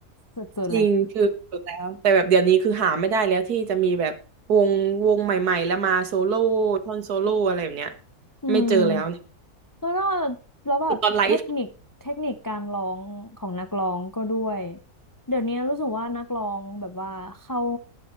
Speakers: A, on the left (about 30°); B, on the right (about 75°).
A: สุดๆเลย
B: จริงคือสุดแล้วแต่แบบเดี๋ยวนี้คือหาไม่ได้แล้วที่จะมีแบบวงวงใหม่ๆแล้วมาโซโล่ท่อนโซโล่อะไรแบบเนี้ย
A: อืม
B: ไม่เจอแล้วเนี่ย
A: แล้วก็แล้วแบบเทคนิคเทคนิคการร้องของนักร้องก็ด้วย
B: คือตอนไลฟ์
A: เดี๋ยวนี้รู้สึกว่านักร้องแบบว่าเขา